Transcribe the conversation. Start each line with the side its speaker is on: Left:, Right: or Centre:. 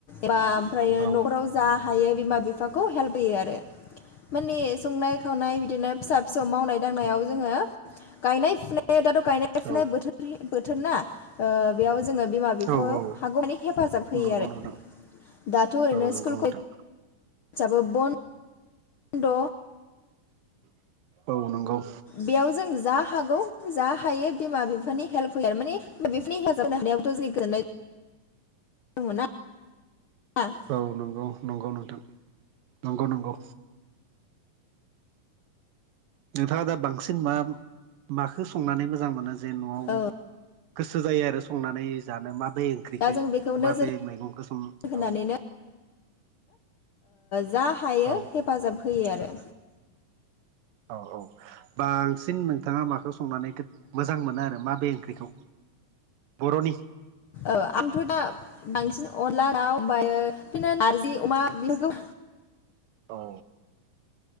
Left: एबा ओमफ्रायो
Right: औ
Left: न'खराव
Right: औ
Left: जा हायो बिमा बिफाखौ हेल्प होयो आरो माने संनाय खावनाय बिदिनो फिसा फिसौ मावनाय दांनायाव जोङो गायनाय फुनाय दाथ' गायनाय फुनाय
Right: औ
Left: बोथोरनि बोथोर ना ओ बेयाव जोङो बिमा बिफाङाव
Right: औ औ
Left: हागौमानि हेफाजाब होयो
Right: नंगौ
Left: आरो
Right: नोंथां
Left: दाथ' ओरैनो
Right: औ नंगौ
Left: सिकुल
Right: नोंथां
Left: <unintelligible> द'
Right: औ नंगौ
Left: बेयाव जों जा हागौ जा हायो बिमा बिफानि हेल्प होयो आरो माने <unintelligible> हानायाथ' <unintelligible> गोननाय दङ'ना आ
Right: औ नंगौ नंगौ नोंथां नंगौ नंगौ नोंथाङा दा बांसिन मा माखौ संनानै मोजां मोनो जे न'आव
Left: औ
Right: गोसो जायो आरो संनानै जानो माबे ओंख्रिखौ
Left: दा जों बेखौ नोजोर
Right: माबे मैगंखौ स
Left: होनानैनो
Right: औ
Left: जा हायो
Right: औ
Left: हेफाजाब होयो आरो
Right: औ औ बांसिन नोंथाङा माखौ संनानै मोजां मोनो आरो मा बे ओंख्रिखौ बर'नि
Left: ओ आंथ' दा बांसिन अनला दाउ ओमफ्रायो बिदिनो नारजि अमा बेफोरखौ
Right: औ